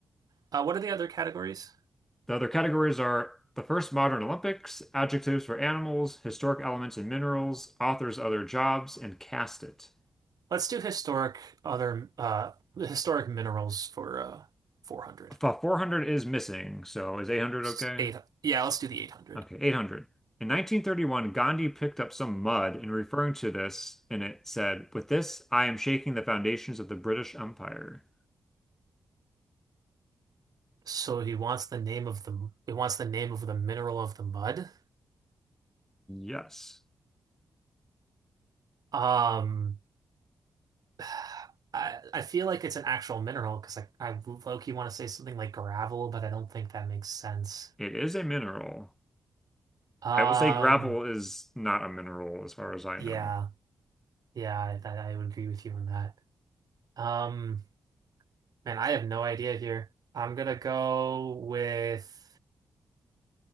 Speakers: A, on the right; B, in the centre.
A: Uh, what are the other categories?
B: The other categories are the first modern Olympics, adjectives for animals, historic elements and minerals, authors' other jobs, and cast it.
A: Let's do historic other uh historic minerals for uh 400.
B: F- 400 is missing, so is 800
A: S-
B: okay?
A: Eight, yeah, let's do the 800.
B: Okay, 800. In 1931, Gandhi picked up some mud and referring to this, and it said, With this, I am shaking the foundations of the British Empire.
A: So he wants the name of the he wants the name of the mineral of the mud.
B: Yes,
A: Um <sighs> I I feel like it's an actual mineral because I I low-key want to say something like gravel, but I don't think that makes sense.
B: it is a mineral.
A: Um
B: I will say gravel is not a mineral as far as I
A: yeah.
B: know.
A: Yeah, I, I would agree with you on that. Um Man, I have no idea here. I'm gonna go with